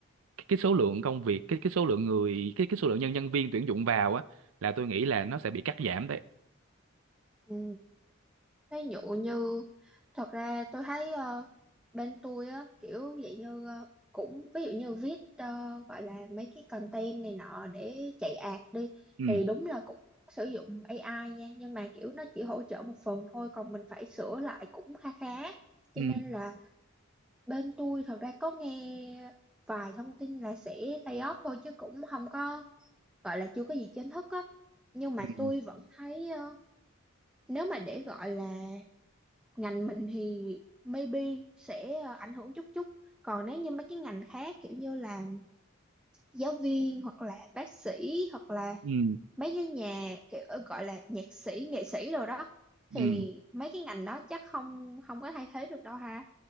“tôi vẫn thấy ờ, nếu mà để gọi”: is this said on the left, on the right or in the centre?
Centre